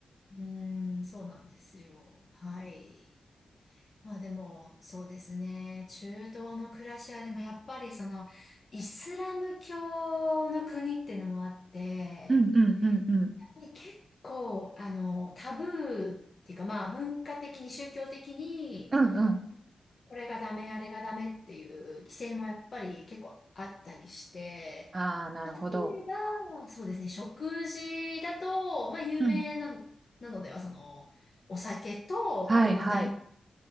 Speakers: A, on the left; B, on the right.
A: うーん、そうなんですよ。はい。まあでも、そうですね。中東の暮らしは、でもやっぱりその、イスラム教の国っていうのもあって、
B: うんうんうんうんうん
A: やっぱり結構、あの、タブーっていうか、まあ文化的に宗教的に、
B: うん
A: これがダメ、あれがダメっていう規制もやっぱり結構あったりして、
B: ああー、なるほど。
A: まあ、例えば、そうですね、食事だと、まあ、有名な、
B: うん
A: なのでは、その、お酒と、
B: はいはい
A: あと豚肉。